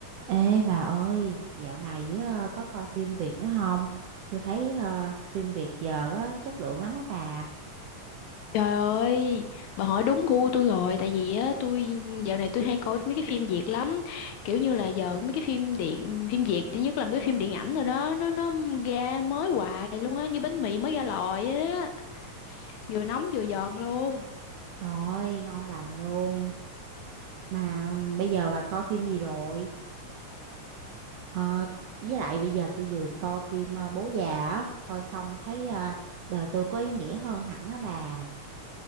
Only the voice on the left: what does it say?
Trời ơi, bà hỏi đúng gu tôi rồi, tại vì á tôi dạo này tôi hay coi mấy cái phim Việt lắm, kiểu như là giờ mấy cái phim điện phim Việt thứ nhất là mấy cái phim điện ảnh rồi đó, nó nó ra mới hoài luôn á, như bánh mì mới ra lò vậy đó, vừa nóng vừa giòn luôn.